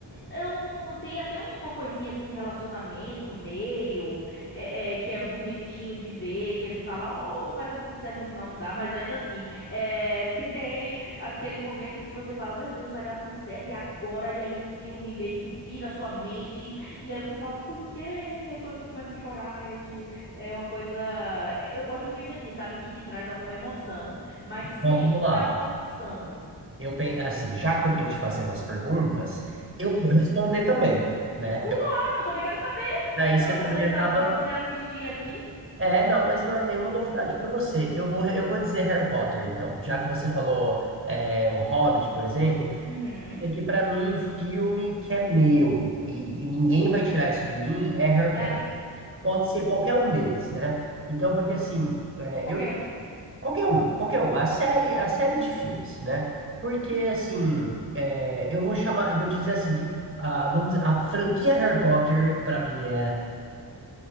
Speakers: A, on the left; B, on the right.
A: eh, eu não tem até uma coisinha assim de relacionamento no meio, é, é, que é bonitinho de ver, que você fala, oh, vai dar tudo certo, mas no final não dá, mas ainda assim, é, <laughs> tem aquele momento que você fala, meu Deus, vai dar tudo certo, e agora, e aí o filme meio que vira a sua mente e aí você fala, por quê? E aí quando você começa a chorar, e aí é uma coisa. é, Eu gosto de filme assim, sabe? Que te traz alguma emoção, mas sem
B: Então vamos lá.
A: tá forçando.
B: Eu, pe- assim, já que eu tô te fazendo as perguntas,
A: Uhum.
B: eu vou responder também, né?
A: Claro,
B: Eu-
A: eu também quero saber
B: daí
A: pra
B: você
A: poder
B: também acaba.
A: saber, para poder assistir aqui.
B: É, não, mas não é nenhuma novidade pra você. Eu vou, eu vou dizer Harry Potter, então, já que você falou é, o Hobbit, por exemplo.
A: Uhum.
B: É que pra mim, um filme que é meu e, e ninguém vai tirar isso de mim é Harry
A: É,
B: Potter. Pode ser qualquer um deles, né? Então, porque assim, é,
A: qualquer
B: eu
A: um?
B: qualquer um, qualquer um, a série, a série de filmes, né? Porque assim, é, eu vou chamar, eu vou dizer assim que a, vamos, dizer, a franquia Harry Potter pra mim é